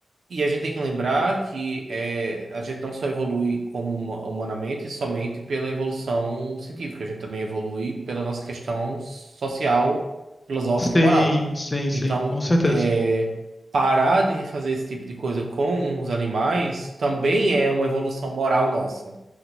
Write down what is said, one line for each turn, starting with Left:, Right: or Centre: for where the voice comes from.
Right: E a gente tem que lembrar que é, a gente não só evolui como huma- humanamente somente pela evolução científica, a gente também evolui pela nossa questão social, filosófica
Left: Sim,
Right: e moral.
Left: sim, sim,
Right: Então,
Left: com certeza.
Right: é, parar de fazer esse tipo de coisa com os animais também é uma evolução moral nossa.